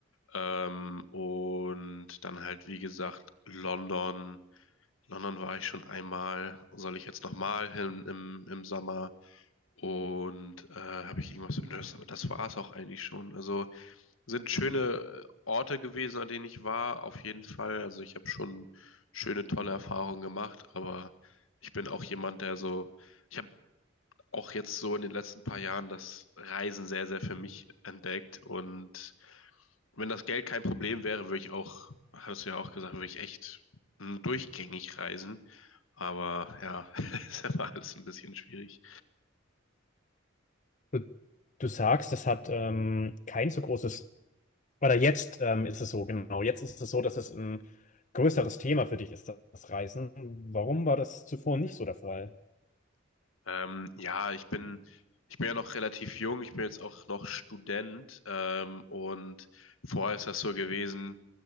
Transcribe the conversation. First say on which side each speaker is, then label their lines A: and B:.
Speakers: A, on the left; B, on the left.
A: Ähm, und dann halt, wie gesagt, London. London war ich schon einmal, soll ich jetzt nochmal hin im, im Sommer und äh, habe ich irgendwas, das, das war es auch eigentlich schon. Also sind schöne äh, Orte gewesen, an denen ich war, auf jeden Fall. Also ich habe schon schöne, tolle Erfahrungen gemacht, aber ich bin auch jemand, der so, ich habe auch jetzt so in den letzten paar Jahren das Reisen sehr, sehr für mich entdeckt und wenn das Geld kein Problem wäre, würde ich auch, hast du ja auch gesagt, würde ich echt mm, durchgängig reisen. Aber ja, <laughs> ist immer alles ein bisschen schwierig.
B: Du, du sagst, das hat ähm, kein so großes, oder jetzt ähm, ist es so, genau. Jetzt ist es so, dass es ein größeres Thema für dich ist, das Reisen. Warum war das zuvor nicht so der Fall?
A: Ähm, ja, ich bin, ich bin ja noch relativ jung, ich bin jetzt auch noch Student, ähm, und vorher ist das so gewesen,